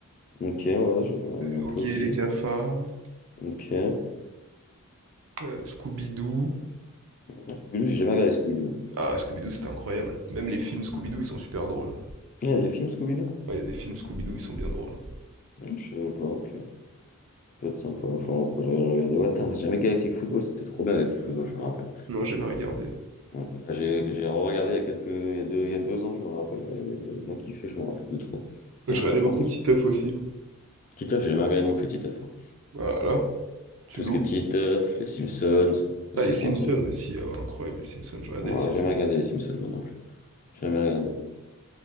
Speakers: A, on the left (about 35°); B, on the right (about 65°).
A: Ok, ouais, je regardais un
B: Oggy
A: peu aussi.
B: et les cafards,
A: Ok. Ouais,
B: euh, Scooby-Doo.
A: Scooby-Doo, j'ai jamais regardé Scooby-Doo.
B: Ah, Scooby-Doo, c'était incroyable. Même les films Scooby-Doo, ils sont super drôles.
A: Il y a des films Scooby-Doo?
B: Ah, il y a des films Scooby-Doo, ils sont bien drôles. hein.
A: Non, je savais pas, ok. Ça peut être sympa. Enfin, après, j'ai rien regardé. Ouais, attends, j'ai jamais Galactic Football, c'était trop bien Galactic Football, je me rappelle.
B: Non, j'ai jamais regardé.
A: Mm. J'ai j'ai regardé il y a quelques il y a deux, il y a deux ans, je me rappelle, j'avais j'avais bien kiffé, je me rappelle plus trop.
B: Je
A: Non,
B: regardais
A: franchement,
B: beaucoup
A: c'est
B: Titeuf aussi.
A: Titeuf, j'ai jamais regardé non plus Titeuf. hein.
B: Voilà, tu
A: Tout
B: loupes.
A: ce qui est Titeuf, les Simpsons,
B: Ah,
A: des
B: les
A: trucs
B: Simpsons
A: comme ça, j'ai
B: aussi, ah ouais, incroyable les Simpsons, je regardais
A: ouais,
B: les Simpsons.
A: j'ai jamais regardé les Simpsons moi non plus. Jamais regardé.